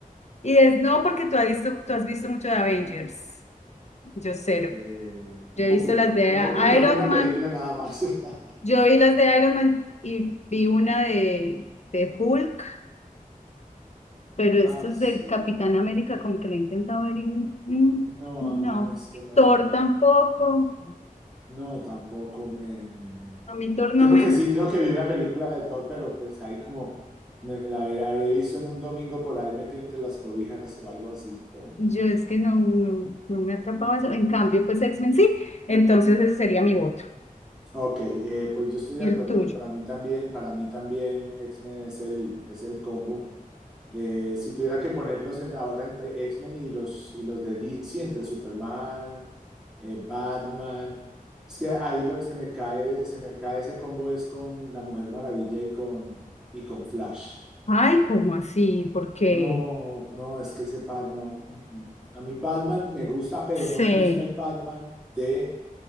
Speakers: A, on the left; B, in the centre.
A: y es no porque tú has visto, tú has visto mucho de Avengers, yo cero.
B: Eh, un
A: Yo he
B: poquito,
A: visto las de
B: pero una,
A: Iron
B: una
A: Man
B: película nada más. <laughs>
A: Yo vi las de Iron Man y vi una de, de Hulk, pero esto
B: Ah,
A: es
B: sí.
A: del Capitán América, como que la he intentado ver y mm,
B: No,
A: no.
B: a mí no es que no,
A: Thor
B: no,
A: tampoco.
B: no. No, tampoco me, me, me-
A: A mí Thor no
B: Creo
A: me...
B: que sí, creo que vi una película de Thor, pero pues ahí como me la veré- habré visto en un domingo por ahí metido entre las cobijas o algo así. como-
A: Yo es que no, no, no me atrapaba eso. En cambio, pues X-Men sí. Entonces ese sería mi voto.
B: Ok, eh, pues yo estoy de
A: Y
B: acuerdo.
A: el tuyo.
B: Para mí también, para mí también X-Men es el, es el combo. Eh, si tuviera que ponerlos en- ahora entre X-Men y los, y los de DC, entre Superman, eh, Batman, es que ahí lo- se me cae, se me cae ese combo es con la Mujer Maravilla y con, y con Flash.
A: Ay, ¿cómo así? Porque
B: No, no, es que ese par no. mm, mm. A mí Batman me gusta, pero
A: sé.
B: no me gusta el Batman de,